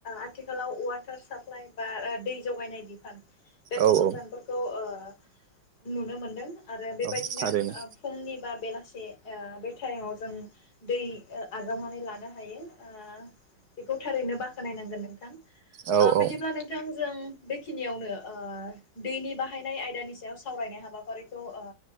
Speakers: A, on the left; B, on the right.
A: आथिखालाव वाटार साप्लाइ बा दै जगायनाय बिफान बे
B: औ
A: फसंथानफोरखौ
B: औ
A: ओ ओ नुनो मोनदों। आरो बेबायदिनो
B: औ थारैनो
A: ओ फुंनि बा बेलासे ओ बे टाइमाव जों दै आजावनानै लानो हायो ओ बेखौ थारैनो बाख्नायनांगोन नोंथां।
B: औ औ
A: बिदिब्ला नोंथां जों बेखिनियावनो ओ दैनि बाहायनाय आयदानि सायाव सावरायनाय हाबाफारिखौ ओ